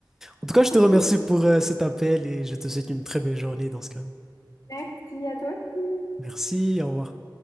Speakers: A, in the centre; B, on the left (about 50°).
A: En tout cas, je
B: <laughs>
A: te remercie pour euh, cet appel et je te souhaite une très belle journée dans ce cas.
B: Merci à toi aussi.
A: Merci, au revoir.